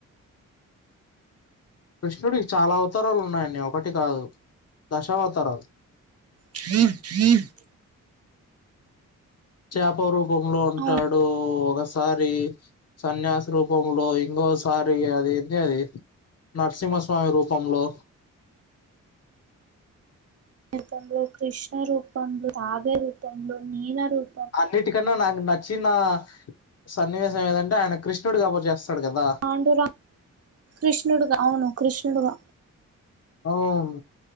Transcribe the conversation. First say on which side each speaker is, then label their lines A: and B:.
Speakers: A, on the left (about 50°); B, on the right (about 50°).
A: కృష్ణుడి చాలా అవతారలు ఉన్నాయండి ఒకటి కాదు దశావతరాలు.
B: <inaudible>
A: చాప రూపంలో ఉంటాడు
B: అవును
A: ఒకాస్ సారి, సన్యాస రూపంలో ఇంకోసారి అది ఏంది అది నరసింహస్వామి రూపంలో
B: తంలో కృష్ణ రూపంలో, తాబేలు రూపంలో ఇనా రూప్
A: అన్నిటిక్ కన్నా నాకు నచ్చిన సన్నివేశం ఏదంటే ఆయన కృష్ణుడుగా <unintelligible> చేస్తాడు గదా.
B: పాండురా కృష్ణుడుగా, అవును కృష్ణుడుగా
A: అవున్